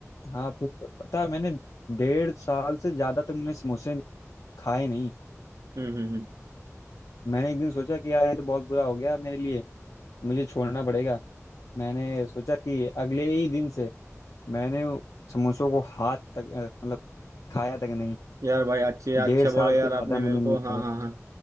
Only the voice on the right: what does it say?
हम्म हम्म
यार भाई अच्छे अच्छा
बोला यार
आपने मेरे
को
हाँ हाँ हाँ